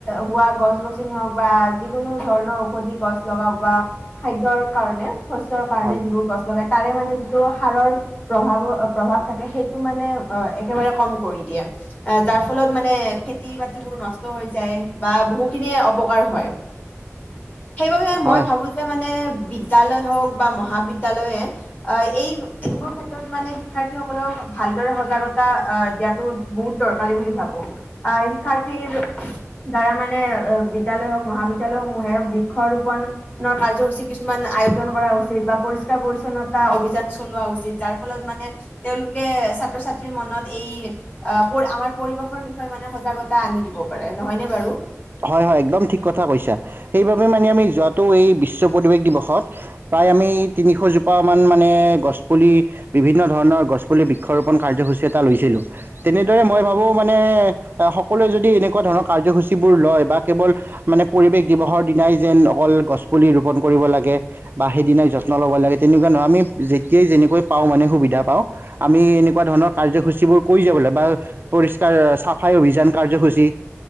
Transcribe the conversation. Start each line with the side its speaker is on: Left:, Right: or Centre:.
Left: হোৱা গছ গছনি হওক বা যিকোনো ধৰণৰ ঔষধি গছ লগাওক বা খাদ্যৰ কাৰণে। শস্যৰ কাৰণে
Right: হয়
Left: যিবোৰ গছ লগাই। তাৰে মানে যিটো সাৰৰ প্ৰভাৱ প্ৰভাৱ থাকে সেইটো মানে একেবাৰে কম কৰি দিয়ে। যাৰ ফলত মানে খেতি বাতিবোৰ নষ্ট হৈ যায় বা বহুখিনিয়ে অপকাৰ হয়। সেইবাবে
Right: হয়
Left: মই ভাবো যে মানে। বিদ্যালয় হওঁক বা মহাবিদ্যালয়ে এই এইবোৰ ক্ষেত্ৰত মানে শিক্ষাৰ্থীসকলক ভালদৰে সজাগতা দিয়াতো বহুত দৰকাৰ। বুলি ভাবো আহ শিক্ষাৰ্থীৰ দ্বাৰা মানে বিদ্যালয় হওক মহাবিদ্যালয় সমূহে বৃক্ষ ৰোপণ কাৰ্য্যসূচী কিছুমান আয়োজন কৰা উচিত বা পৰিষ্কাৰ পৰিচ্ছন্নতা অভিযান চল হোৱা উচিত যাৰ ফলত মানে তেওঁলোকে ছাত্ৰ ছাত্ৰীৰ মনত এই আমাৰ। পৰিৱেশৰ বিষয়ে মানে সজাগতা আনি দিব পাৰে নহয়নে বাৰু
Right: হয় হয় একদম ঠিক কথা কৈছা। সেইবাবে মানে আমি যোৱাতটো এই বিশ্ব পৰিবেশ দিৱসত প্ৰায় আমি তিনিশ জোপা মান মানে গছ পুলি বিভিন্ন ধৰণৰ গছ পুলি বৃক্ষৰোপন কাৰ্যসূচী এটা লৈছিলো তেনেদৰে মই ভাবো মানে এ সকলোৱে যদি এনেকুৱা ধৰণৰ কাৰ্যসূচী ৰ ল বা কেৱল মানে পৰিৱেশ দিৱসৰ দিনাই যেন অকল গছ পুলি ৰোপন কৰিব লাগে বা সেই দিনাই যত্ন লব লাগে তেনেকুৱা নহয় আমি যেতিয়াই যেনেকৈ পাওঁ মানে সুবিধা পাওঁ। আমি এনেকুৱা ধৰণৰ কাৰ্যসূচীবোৰ কৰি যাবলৈ বা পৰিষ্কাৰ চাফাই অভিযান কাৰ্যসূচীৰ